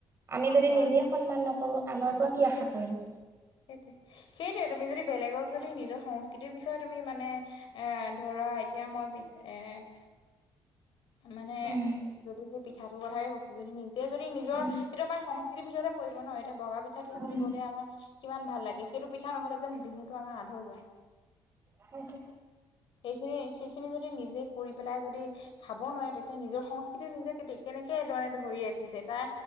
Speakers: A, on the right (about 30°); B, on the left (about 70°).
A: আমি যদি
B: হয়
A: নিজে
B: হয়
A: সন্মান নকৰো আনৰ পৰা কি আশা কৰিম?
B: সেইটোৱে, সেইটোৱে তুমি যদি বেলেগক যদি নিজৰ সংস্কৃতিৰ বিষয়ে তুমি মানে এ ধৰা এতিয়া মই বিত এ মানে
A: উম।
B: যদি সেই পিঠাটোৰ কথাকে কৈছো যদি নিজে যদি নিজৰ
A: উম,
B: সেটো আমাৰ সং সংস্কৃতি ভিতৰতে পৰিব ন এতিয়া বগা পিঠাটো
A: উম।
B: বুলি ক'লে আমাৰ কিমান ভাল লাগে সেইটো পিঠা নহলে যেন বিহুটো আমাৰ আধৰুৱা
A: সেইটো
B: সেইখিনি সেইখিনি যদি নিজে কৰি পেলাই যদি খাব নোৱাৰে তেতিয়া নিজৰ সংস্কৃতিও নিজে কেতি কেনেকে ধৰ ধৰি ৰাখিছে তাৰ